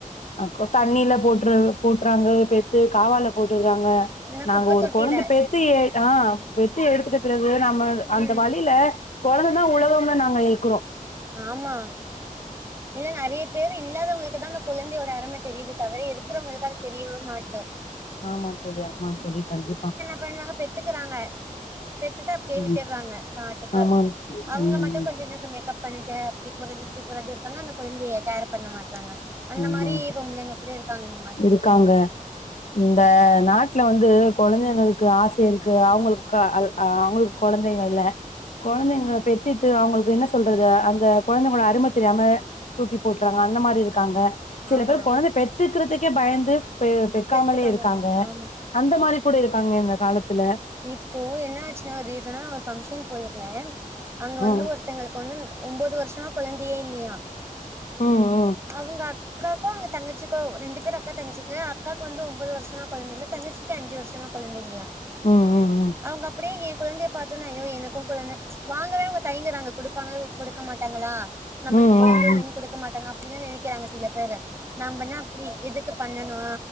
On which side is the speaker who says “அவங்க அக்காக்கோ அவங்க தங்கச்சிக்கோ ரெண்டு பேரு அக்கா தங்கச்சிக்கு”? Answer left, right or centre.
Right